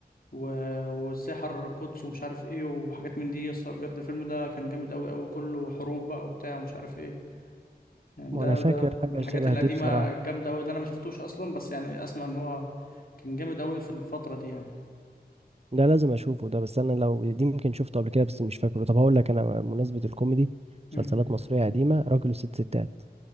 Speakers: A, on the left; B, on the right.
A: و... وازاي حرر القدس ومش عارف ايه وحاجات من دي يا اسطى بجد الفيلم ده كان جامد قوي قوي كله حروب بقى وبتاع ومش عارف ايه يعني
B: وانا
A: ده
B: فاكر
A: ده
B: حاجه
A: من الحاجات
B: شبه
A: القديمة
B: دي بصراحه
A: الجامدة قوي اللي انا ما شفتوش اصلا بس يعني اسمع ان هو كان جامد قوي في الفترة دي يعني
B: ده لازم اشوفه ده بس انا لو دي ممكن شفته قبل كده بس مش فاكره طب هقول لك انا بمناسبه الكوميدي
A: مم.
B: مسلسلات مصريه قديمه راجل وست ستات